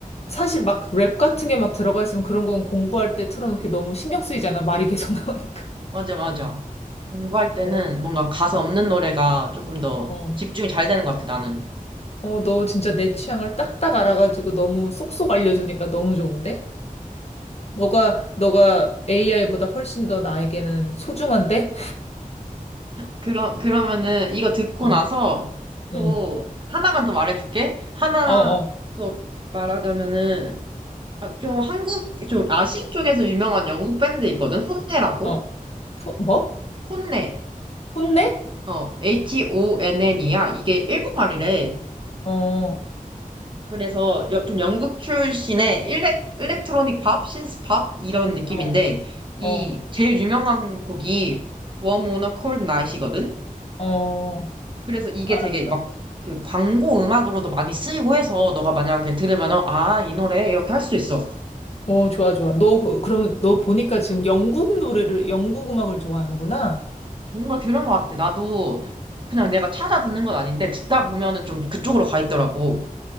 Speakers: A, on the left; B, on the right.
A: 사실 막 랩 같은 게 막 들어가 있으면 그런 건 공부할 때 틀어놓기 너무 신경 쓰이잖아. 말이 계속 <laughs> 나오니까.
B: 맞아, 맞아. 공부할 때는
A: 어,
B: 뭔가 가사
A: 어,
B: 없는 노래가 조금 더
A: 어.
B: 집중이 잘 되는 것 같아, 나는.
A: 어, 너 진짜 내 취향을 딱딱 알아가지고 너무 쏙쏙 알려주니까 너무 좋은데? 너가, 너가 AI보다 훨씬 더 나에게는 소중한데?
B: 그러, 그러면은 이거 듣고
A: 어,
B: 나서 또
A: 응.
B: 하나만 더 말해줄게. 하나
A: 어, 어,
B: 더 말하자면은 아, 좀 한국, 좀 아시 쪽에서 유명한 영국 밴드 있거든? 혼내라고?
A: 어. 후- 뭐?
B: 혼내.
A: 혼내?
B: 어, H-O-N-N이야. 이게 일본말이래.
A: 어,
B: 그래서 여- 좀 영국 출신의 일렉, 일렉트로닉 팝, 신스 팝 이런 느낌인데
A: 어,
B: 이
A: 어,
B: 제일 유명한 곡이 Warm on a Cold Night이거든?
A: 어.
B: 그래서 이게
A: 알았어.
B: 되게 막 그 광고 음악으로도 많이 쓰이고 해서 너가 만약에 들으면은 아, 이 노래 이렇게 할 수도 있어.
A: 어, 좋아, 좋아. 너, 그- 그럼 너 보니까 지금 영국 노래를, 영국 음악을 좋아하는구나?
B: 뭔가 그런 것 같아. 나도 그냥 내가 찾아 듣는 건 아닌데 듣다 보면은 좀 그쪽으로 가 있더라고.